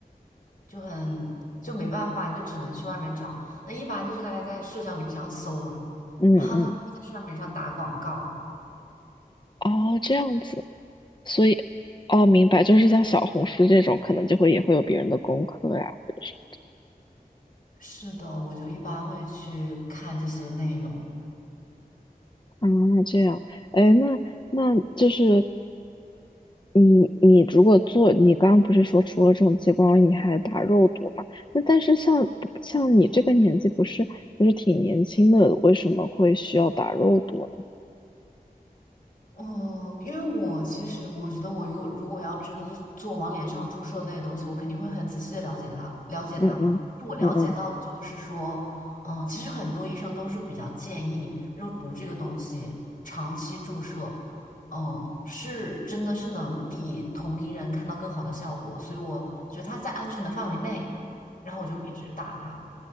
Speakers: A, on the left; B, on the left.
A: 就很就没办法，你就只能去外面找。那一般就是大家在社交媒体上搜嘛，
B: 嗯嗯，
A: 然后他们会在社交媒体上打广告。
B: 哦，这样子，所以，哦，明白，就是像小红书这种，可能就会也会有别人的功课呀，或者是。
A: 是的，我就一般会去看这些内容。
B: 啊，这样，哎，那那就是你你如果做，你刚刚不是说除了这种激光，你还打肉毒嘛？那但是像像你这个年纪，不是就是挺年轻的，为什么会需要打肉毒呢？
A: 哦，因为我其实我觉得，我如果如果要真的是做往脸上注射类的东西，我肯定会很仔细的了解它，了解它嘛。
B: 嗯嗯嗯嗯，
A: 我了解到的就是说，嗯，其实很多医生都是比较建议肉毒这个东西长期注射，嗯，是真的是能比同龄人看到更好的效果，所以我觉得它在安全的范围内，然后我就会一直打它。